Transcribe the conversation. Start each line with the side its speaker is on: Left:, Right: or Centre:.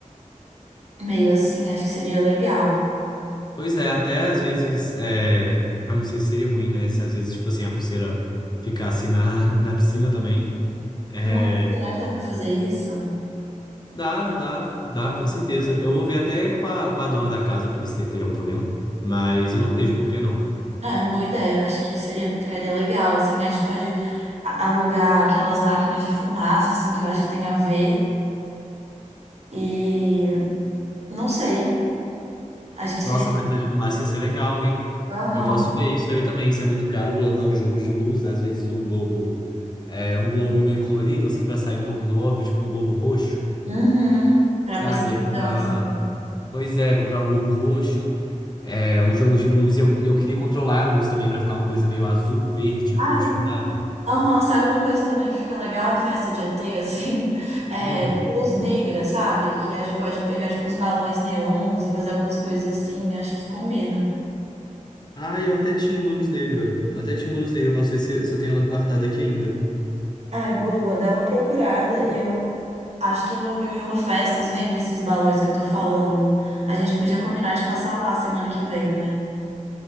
Right: meio assim, acho que seria legal.
Left: Pois é, até às vezes, é, eu não sei se seria ruim, né? Se às vezes, tipo assim, a pulseira ficasse na, <laughs> na piscina também. É,
Right: Nossa, será que dá pra fazer isso?
Left: Dá, dá, dá, com certeza. Eu vou ver até com a, com a dona da casa pra ver se teria algum problema. Mas eu não vejo por que não.
Right: É, boa ideia. Acho que seria, ficaria legal, assim. A gente pode a- alugar aquelas máquinas de fumaça, assim, que eu acho que tem a ver. E não sei. Acho que
Left: Nossa,
Right: seria.
Left: a máquina de fumaça ia ser legal, hein?
Right: Aham.
Left: Eu posso ver isso aí também. Se é muito caro colocar um jogo de luz, às vezes um globo, é, um globo meio colorido, assim, pra sair um pouco do óbvio, tipo um globo roxo,
Right: Uhum. Pra
Left: sabe?
Right: pista de
Left: É comprar.
Right: dança.
Left: Pois é, comprar um globo roxo, é, um jogo de luz. E eu, e eu queria controlar a luz também pra ficar uma coisa meio azul, verde, roxo,
Right: Ah, eu-
Left: sabe?
Right: Aham, sabe uma coisa também que fica legal em festa de ET, assim? <laughs> É,
Left: Hum.
Right: luz negra, sabe? Que a gente pode pegar, tipo, uns balões neons e fazer algumas coisas assim. Acho que combinam.
Left: Ah, eu até tinha uma luz negra. Eu até tinha uma luz negra, posso ver se, se eu tenho ela guardada aqui ainda.
Right: Ai, boa, dá uma procurada e eu acho que no Mil e Uma Festas vende esses balões que eu tô falando. A gente podia combinar de passar lá semana que vem, né?